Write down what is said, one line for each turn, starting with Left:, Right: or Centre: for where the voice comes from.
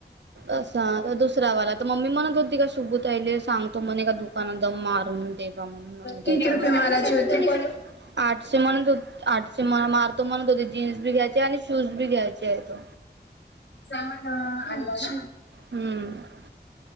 Right: असा दुसऱ्यावाला तर मम्मी म्हणत होती का शुभुताईले सांगतो म्हणे का दुकाना दम मारून ते <unintelligible>
Left: किती रुपये मालाची होती?
Right: आठशे म्हण आठशे मार् ते म्हणत होते जीन्स बी घ्यायचे आणि श्युज बी घ्यायचे येतं.
Left: सहा महिन
Right: हम्म